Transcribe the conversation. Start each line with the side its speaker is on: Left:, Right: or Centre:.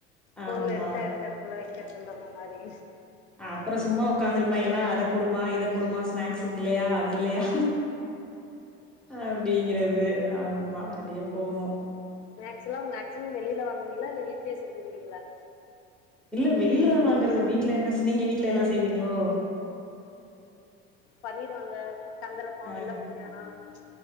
Left: பொருள்
Centre: ஆமா
Left: எடுத்த எடுத்த எடத்துல வைக் வெக்கிறதில்ல அந்த மாரி
Centre: அப்புற சும்மா உக்காந்துருப்பாயங்கலா அத குடுமா இத குடுமா ஸ்நாக்ஸக்கு இல்லையா அது இல்லையா அப்டிங்கிறது ஆமா வாடியே போவு
Left: ஸ்நாக்ஸ்ல்லா மேக்சிமம் வெளியில வாங் குவீங்களா இல்ல வீட்லே செஞ்சிருவீங்களா
Centre: இல்ல வெளியிலதா வாங்குறது வீ ட்ல என்ன நீங்க வீட்டுல எல்லா செய்வீங்களோ
Left: பண்ணிடுவோ அந்த தந்தறப்போ
Centre: ஆ
Left: வெள்ள பணியார உம்ச்ச்